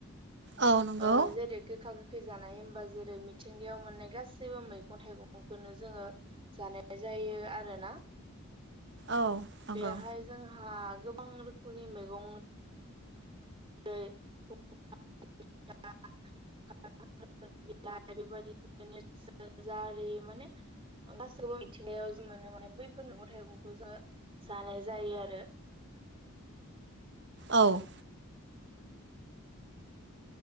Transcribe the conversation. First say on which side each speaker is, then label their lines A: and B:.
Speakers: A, on the right; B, on the right.
A: औ नंगौ
B: ओ जेरै गोखा गोखै जानाय होमबा जेरै मिथिंगायाव मोननाय गासैबो मैगं थाइगंखौनो जोङो जानाय जायो आरोना
A: औ नंगौ
B: बेहाय जोंहा गोबां रोखोमनि मैगं <unintelligible> <unintelligible> बिलाइ बेबायदिनो जारि माने गासैबो मिथिंगायाव जि मोनो माने बैफोर मैगं थाइगंखौ जोङो जानाय जायो आरो <unintelligible>
A: औ